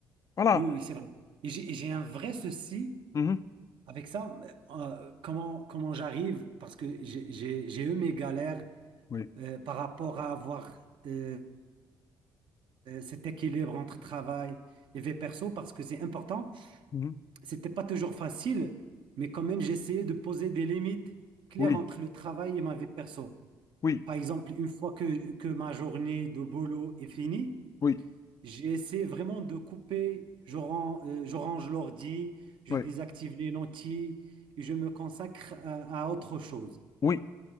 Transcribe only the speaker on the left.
Voilà.
Mhm.
Oui.
Mhm.
Oui.
Oui.
Oui.
Oui.
Oui.